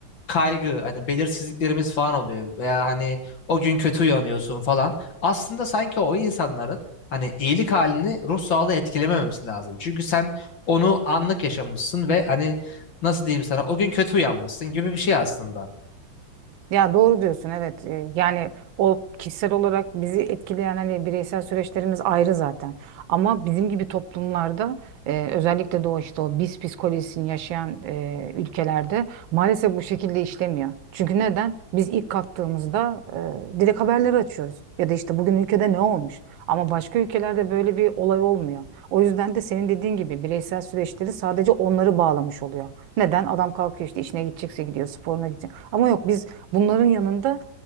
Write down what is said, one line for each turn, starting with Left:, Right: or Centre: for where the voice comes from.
Left: kaygı hani belirsizliklerimiz falan oluyor veya hani o gün kötü uyanıyorsun falan. Aslında sanki o insanların hani iyilik halini ruh sağlığı etkilememesi lazım. Çünkü sen onu anlık yaşamışsın ve hani nasıl diyeyim sana o gün kötü uyanmışsın gibi bir şey aslında.
Right: Ya doğru diyorsun evet Ee, yani o kişisel olarak bizi etkileyen hani bireysel süreçlerimiz ayrı zaten ama bizim gibi toplumlarda e, özellikle de o işte o biz psikolojisini yaşayan e, ülkelerde maalesef bu şekilde işlemiyor. Çünkü neden? Biz ilk kalktığımızda e, direkt haberleri açıyoruz ya da işte bugün ülkede ne olmuş ama başka ülkelerde böyle bir olay olmuyor. O yüzden de senin dediğin gibi bireysel süreçleri sadece onları bağlamış oluyor. Neden? Adam kalkıyor işte işine gidecekse gidiyor sporuna gidecek ama yok biz Bunların yanında